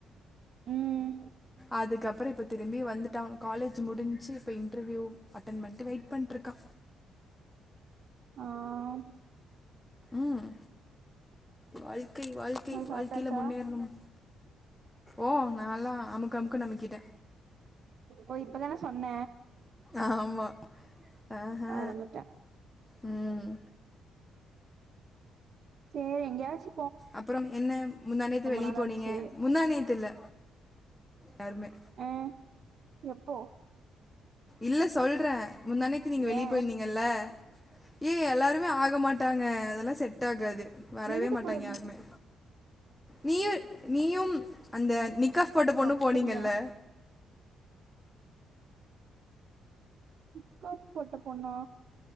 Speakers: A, on the right (about 60°); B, in the centre.
A: உம்
B: அதுக்கப்ரோ இப்போ திரும்பி வந்துட்டா காலேஜ் முடிஞ்சு இப்போ இன்ட்ரவியூ அட்டென் பண்ட்டு வெயிட் பண்ட்ருக்கா
A: ஆம்
B: உம் வாழ் க்கை வாழ்க்கை
A: அது சாப்ட்டாச்சா
B: வாழ்க்கைல முன்னேறனும் ஓ நாலா அமுக்கு அமுக்குனு அமுக்கிட்ட
A: ஓ இப்பதான சொன்ன
B: ஆமா ஆஹா
A: மறந்துட்ட
B: ம்
A: சேரி எங்கேயாச்சு
B: அப்ரோம் என்ன முந்தானேத்து வெளிய
A: நாளாச்சு
B: போனீங்க முந்தானேத்தில்ல யாருமே
A: ஆ எப்போ
B: இல்ல சொல்ற முந்தானேத்து நீங்க வெளிய
A: ஏ
B: போயிருந்தீங்கல்ல ஏ எல்லாருமே ஆக மாட்டாங்க அதெல்லா செட்டாகாது வரவே
A: எங்க
B: மாட்டாங்
A: போயிரு
B: யாருமே நீயு நீயும் அந்த நிக் க்கஃப் போட் பொண்ணு
A: அப்படியா
B: போனீங்கல்ல
A: முக்காஃப் போட்ட பொண்ணா